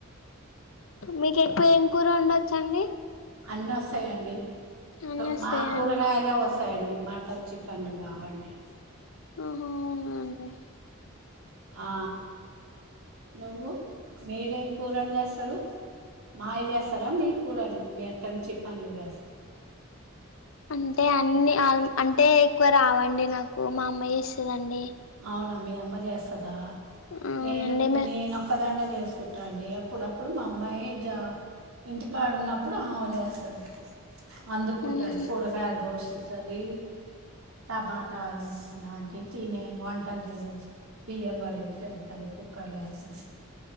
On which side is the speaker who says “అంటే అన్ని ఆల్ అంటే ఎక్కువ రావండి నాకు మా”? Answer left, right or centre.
Left